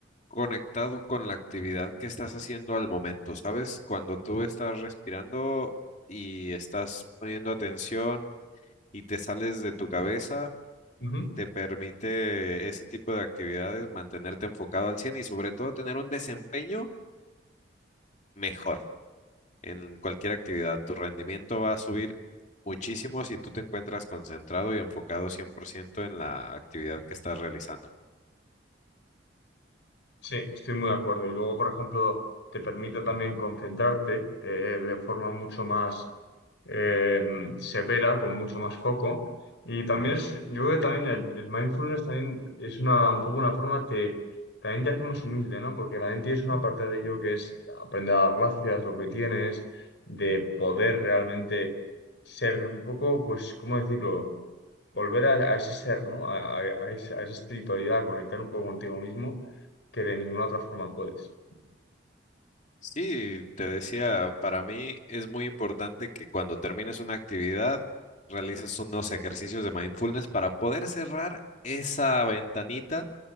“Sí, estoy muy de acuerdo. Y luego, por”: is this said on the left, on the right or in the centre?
Left